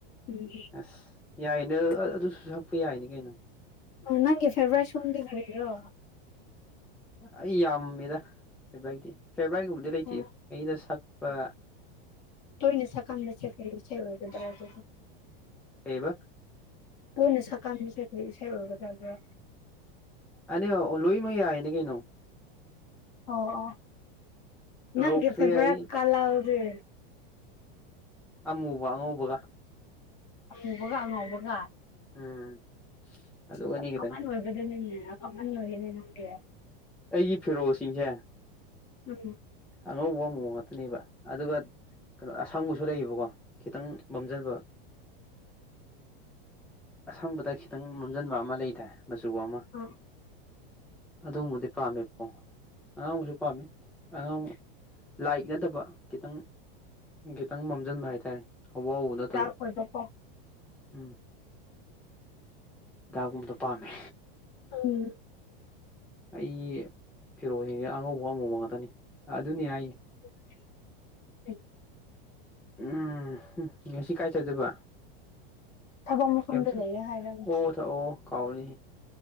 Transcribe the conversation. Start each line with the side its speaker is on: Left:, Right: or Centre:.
Left: ꯎꯝ
Centre: ꯑꯁ ꯌꯥꯏꯅꯦ ꯑꯗꯨꯁꯨ ꯍꯛꯄ ꯌꯥꯏꯅꯤ ꯀꯩꯅꯣ
Left: ꯅꯪꯒꯤ ꯐꯦꯕ꯭ꯔꯦꯠ ꯁꯣꯝꯗꯤ ꯀꯔꯤꯔꯣ
Centre: ꯑꯩ ꯌꯥꯝꯃꯤꯗ ꯐꯦꯕꯔꯥꯢꯗꯤ ꯐꯦꯕ꯭ꯔꯥꯏꯒꯨꯝꯕꯗꯤ ꯂꯩꯇꯦ
Left: ꯍꯣꯏ
Centre: ꯑꯩꯅ ꯁꯛ ꯄ
Left: ꯇꯣꯏꯅ ꯁꯀꯟꯕꯁꯦ ꯀꯩ ꯢꯁꯩ ꯑꯣꯢꯒꯗꯔ ꯑꯗꯨꯗꯤ
Centre: ꯀꯩꯕ
Left: ꯇꯣꯢꯂ ꯁꯛꯀꯟꯕꯁꯦ ꯀꯩ ꯏꯁꯩ ꯑꯣꯏꯒ ꯗꯕ꯭ꯔꯥ
Centre: <unintelligible> ꯂꯣꯏꯃ ꯌꯥꯏꯅꯦ ꯀꯩꯅꯣ
Left: ꯑꯣ ꯑꯣ ꯅꯪꯒꯤ
Centre: ꯔꯣꯛꯁꯨ
Left: ꯐꯦꯕꯔꯥ
Centre: ꯌꯥꯏ
Left: ꯀꯂꯥꯔꯗꯦ
Centre: ꯑꯃꯨꯕ ꯑꯉꯧꯕꯒ
Left: ꯑꯃꯨꯕꯒ ꯑꯉꯧꯕꯒ
Centre: ꯎꯝ ꯑꯗꯨ ꯑꯅꯤ
Left: ꯌꯥꯝ
Centre: ꯈꯛꯇꯅꯤ
Left: ꯀꯃꯟ ꯑꯣꯏꯕꯗꯨꯅꯤꯅꯦ ꯀꯃꯟ ꯑꯣꯏꯌꯦꯅꯦ ꯅꯪꯗꯤ
Centre: ꯑꯩꯒꯤ ꯐꯤꯔꯣꯜꯁꯤꯡꯁꯦ
Left: ꯎꯝ
Centre: ꯑꯉꯧꯕ ꯑꯃꯨꯕ ꯉꯥꯛꯇꯅꯦꯕ ꯑꯗꯨꯒ ꯀꯩꯅꯣ ꯑꯁꯪꯕꯁꯨ ꯂꯩꯌꯦꯕꯀꯣ ꯈꯤꯇꯪ ꯃꯝꯖꯕ ꯑꯁꯪꯕꯗ ꯈꯤꯇꯪ ꯃꯝꯖꯟꯕ ꯑꯃ ꯂꯩꯗꯥꯏ ꯃꯆꯨ ꯑꯃ
Left: ꯎꯝ ꯑ
Centre: ꯑꯗꯨꯒꯨꯝꯕꯗꯤ ꯄꯥꯝꯃꯦꯕꯀꯣ ꯑꯉꯥꯡꯕꯁꯨ ꯄꯥꯝꯃꯤ ꯑꯉꯥꯡ ꯂꯥꯏꯛ ꯅꯗꯕ ꯈꯤꯇꯪ ꯈꯤꯇꯪ ꯃꯝꯖꯟꯕ ꯍꯥꯏꯇꯥꯔꯦ ꯑꯋꯥꯥꯎꯕ ꯅꯠꯇꯕ
Left: ꯗꯥꯔꯛ ꯑꯣꯏꯕꯀꯣ
Centre: ꯎꯝ ꯗꯒꯨꯝꯕꯗꯣ ꯄꯥꯝꯃꯦ
Left: ꯎꯝ
Centre: ꯑꯩꯒꯤ ꯐꯤꯔꯣꯜꯖꯤꯡꯖꯦ ꯑꯉꯧꯕ ꯑꯃꯧꯕ ꯉꯥꯛꯇꯅꯤ ꯑꯗꯨꯅꯤ ꯑꯩ
Left: <unintelligible>
Centre: ꯎꯝ ꯍꯨꯝ ꯉꯁꯤ ꯀꯥꯏ ꯆꯗꯣꯏꯕ
Left: ꯊꯕꯛ ꯃꯐꯝꯗ
Centre: ꯀꯦꯝ ꯆꯠꯂꯣꯏ
Left: ꯂꯩꯔꯦ ꯍꯥꯏꯔꯒ
Centre: ꯑꯣ ꯊ ꯑꯣ ꯀꯥꯎꯔꯦ